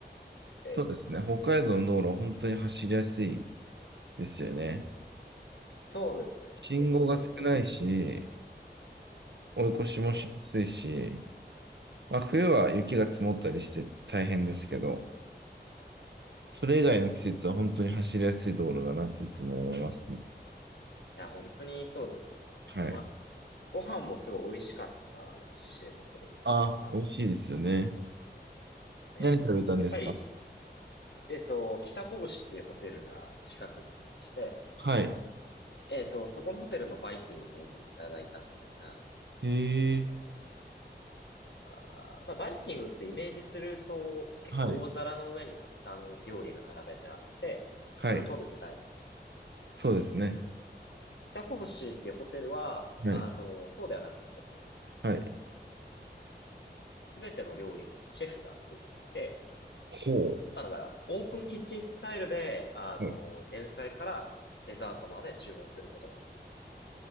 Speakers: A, on the left (about 80°); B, on the right (about 80°).
A: ええ。
B: そうですね。北海道の道路は本当に走りやすいですよね。
A: そうですね。
B: 信号が少ないし、
A: 結構そういう意味では。
B: 追い越しもしやすいし、
A: ええ。
B: まあ、冬は雪が積もったりして大変ですけど、それ以外の季節は本当に走りやすい道路だなっていつも思いますね。
A: いや、本当にそうですね。
B: はい。
A: まあ、ご飯もすごい美味しかったですし、知床でいただいた。
B: あ、美味しいですよね。
A: ええ。
B: 何食べたんですか
A: やっぱり、えっと、北こぶしっていうホテルが近くにありまして、
B: はい。
A: えっと、そこのホテルのバイキングを主にいただいたんですが、
B: へえ。
A: えーあーまあ、バイキングってイメージすると、結構大皿の上にたくさん料理が並べてあって、
B: はい。はい。
A: それを取るスタイルみたいなんで
B: そうですね。
A: すけど、北こぶしっていうホテルは、
B: はい。
A: あの、そうではなくて、こう、
B: はい。
A: すべての料理にまあシェフがついていて、
B: ほ
A: まあだから、オープンキッチンスタイルで、あの、
B: う。はい
A: 前菜からデザートまで注文することができる。